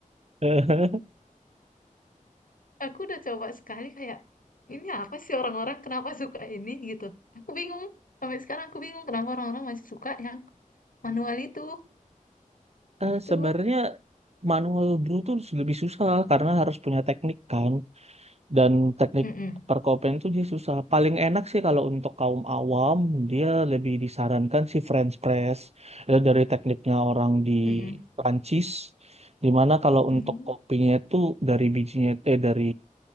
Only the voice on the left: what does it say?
Aku udah coba sekali kayak ini apa sih orang-orang kenapa suka ini gitu. Aku bingung. Sampai sekarang aku bingung kenapa orang-orang masih suka yang manual itu.
gitu
Mm-mm.
Mm-mm.
Mm.